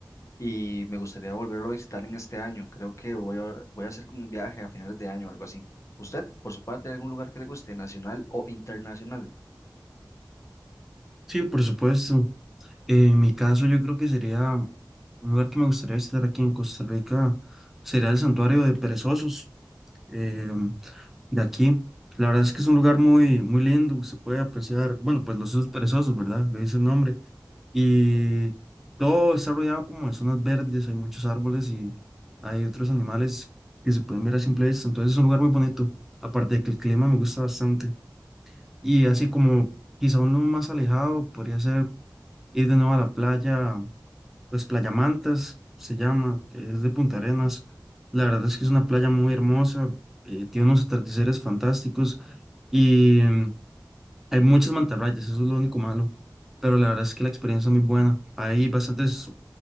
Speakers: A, on the left (about 40°); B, in the centre.
A: y me gustaría volverlo a visitar en este año. Creo que voy a, voy a hacer como un viaje a finales de año o algo así. ¿Usted, por su parte, hay algún lugar que le guste, nacional o internacional?
B: Sí, por supuesto. En mi caso, yo creo que sería un lugar que me gustaría visitar aquí en Costa Rica, sería el Santuario de Perezosos eh, de aquí. La verdad es que es un lugar muy, muy lindo, se puede apreciar, bueno, pues los osos perezosos, ¿verdad? Le dice el nombre. Y todo está rodeado como de zonas verdes, hay muchos árboles y hay otros animales que se pueden ver a simple vista. Entonces es un lugar muy bonito, aparte de que el clima me gusta bastante. Y así como quizá uno más alejado, podría ser ir de nuevo a la playa, pues Playa Mantas se llama, que es de Punta Arenas. La verdad es que es una playa muy hermosa, eh, tiene unos atardeceres fantásticos y mm, hay muchas mantarrayas, eso es lo único malo, pero la verdad es que la experiencia es muy buena. Hay bastantes